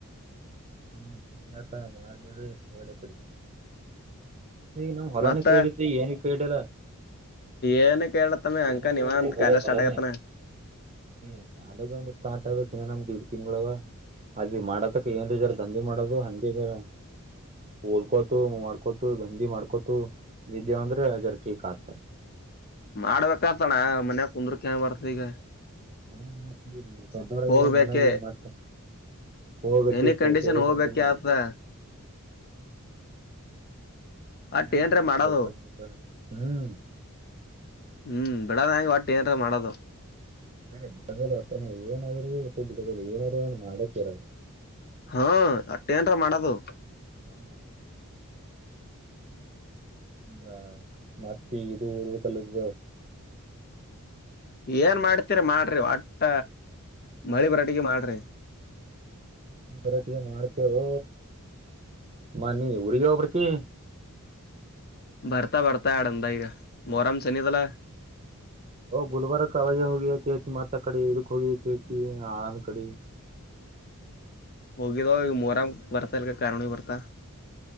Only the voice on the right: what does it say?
ಹಮ್ಮ ಯಾಕ ಮಾಡ್ಬೇಡು ಹೋಗ್ಲಿ ಆಕಡಿ ನಮ್ ಹೊಲನ
ಕೈಡತಿ ಏನ ಕೈ ಹಿಡಿಯಲ್ಲ
ಎನಕ
ಬರ
ಮಲನ
ಹೂ ಮಳಿ ಬಂದ್ರ ಸಾಕ ಆಗ್ಯತಿ ಿನ ನಮ್ದಗೆ ದ ಇಡ್ ತಿಂಗಂಗಳವ ಅದವಿ ಮಾಡದಕ್ ಏನ್ ಇದಾರ ದಂಧೆ ಮಾಡೋದು ಹಂಗಿಗಾರ ಓಡ್ಕೋತು ಮಾಡ್ಕೊತು ಗಂಧಿ ಮಾಡ್ಕೊತು ಇದೇವ ಅಂದ್ರೆ ಅ ಜರ ಟೀಕ್ ಆಗ್ತದೆ
ಹೂ ಮತ್ತೆ ದೊಡ್ಡವರಗಿದೆ
ಮನೆಗೆ ಮತ್ತ ಹೋಗ್ಬೇಕು
ಕೈ ಕಾಯ
ಧಗೆ ಮಾಡ್ಬೇಕು
ಮನ್
ಆಗಲ್ಲ
ಮ
ಬರ್ಕೋದತಾರ ಹ್ಮ್
ಸರಿ ಬಿಡದಲೆ ಒಟ್ಟನೆ ಏನ ಅವ್ರಗ ಗಟ್ಟ ಬಡ ಏನ್ರ ಏನು ಮಾಡೋಕ್ಕೆ ಇರ
ಹಾ ಹಾ ಮತ್ತ ಇದು ಕಲ್ಲ್ದ
ನರಟಿಗೆ ಮಾಡ್ತೇವು ಮ ನೀ ಊಗ ಹಬತಿ
ಗುಲ್ಬರ್ಗ ಕ ಅವಜ ಹೋಗಿ ಮತ್ತ ಕಡೆ ಇದಕ್ ಹೋಗಿತಿತಿ ಆಳಂದ ಕಡೆ